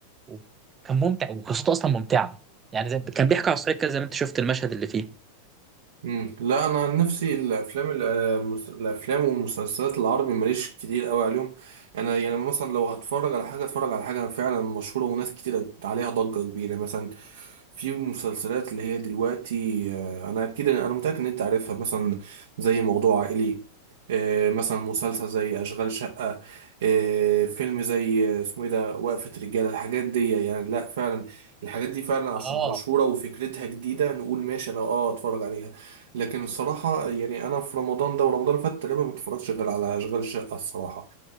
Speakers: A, on the right; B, on the right.
A: وكان ممتع وقصته اصلا ممتعه يعني زي كان بيحكي على الصعيد كده زي ما انت شفت المشهد اللي فيه
B: مم. لا انا عن نفسي الافلام المس- الافلام والمسلسلات العربي ماليش كتير قوي عليهم انا يعني مثلا لو هتفرج على حاجه اتفرج على حاجه فعلا مشهوره وناس كتير عليها ضجه كبيره مثلا في مسلسلات اللي هي دلوقتي آه، انا اكيد انا متاكد ان انت عارفها مثلا زي موضوع عائلي آه، مثلا مسلسل زي اشغال شقه آه، فيلم زي آه، اسمه ايه ده وقفه رجاله الحاجات دي يعني لا فعلا الحاجات دي فعلا عشان
A: اه
B: مشهوره وفكرتها جديده نقول ماشي انا اه اتفرج عليها لكن الصراحة يعني أنا في رمضان ده ورمضان اللي فات تقريبا ما اتفرجتش غير على أشغال الشقة الصراحة